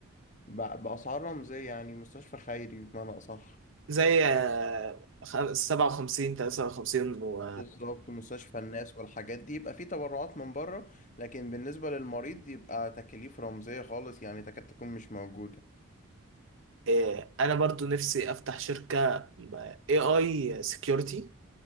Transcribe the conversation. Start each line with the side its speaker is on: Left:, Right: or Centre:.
Left: ب- بأسعار رمزية يعني مستشفى خيري بمعنى أصح
Right: زي آه، خ- 57 53 و
Left: بالظبط مستشفى الناس والحاجات دي يبقى في تبرعات من بره لكن بالنسبة للمريض يبقى تكاليف رمزية خالص يعني تكاد تكون مش موجودة
Right: آه، انا برضو نفسي افتح شركه اي اي سكيورتي